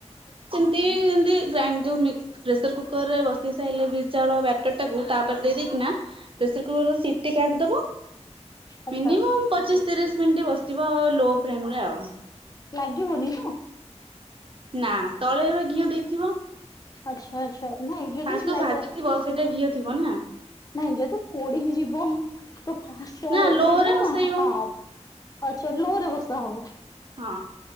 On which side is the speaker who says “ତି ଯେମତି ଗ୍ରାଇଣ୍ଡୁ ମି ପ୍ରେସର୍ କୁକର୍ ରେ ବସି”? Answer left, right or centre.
Right